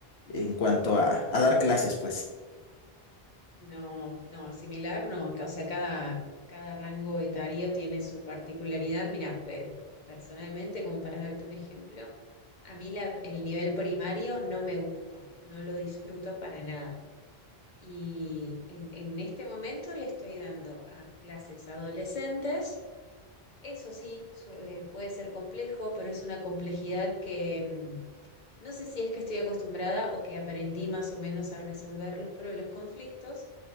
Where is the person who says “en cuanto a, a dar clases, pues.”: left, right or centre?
Left